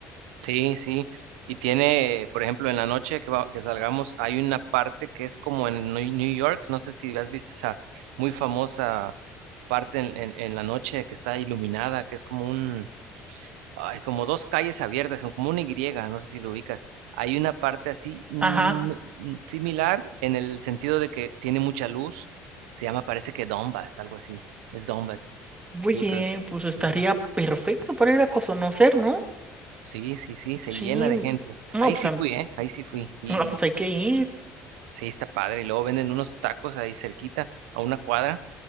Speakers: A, on the right; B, on the right.
A: Sí, sí. Y tiene, por ejemplo, en la noche que, va- que salgamos, hay una parte que es como en Nue- New York. No sé si has visto esa muy famosa parte en, en- en la noche que está iluminada, que es como un, ay, como dos calles abiertas, son como una Y, no sé si lo ubicas. Hay una parte así mm,
B: Ajá.
A: mm, similar en el sentido de que tiene mucha luz. Se llama, parece que Donbass, algo así. Es Donbass.
B: Oye,
A: Sí, pero
B: pues estaría
A: sí,
B: perfecto para ir a conocer, ¿no?
A: Sí, sí, sí, se
B: Sí,
A: llena de gente.
B: no,
A: Ahí
B: pues,
A: sí fui,
B: am-
A: ¿eh? Ahí sí fui. Y,
B: no, pues
A: y
B: hay que ir.
A: sí, está padre. Y luego venden unos tacos ahí cerquita, a una cuadra,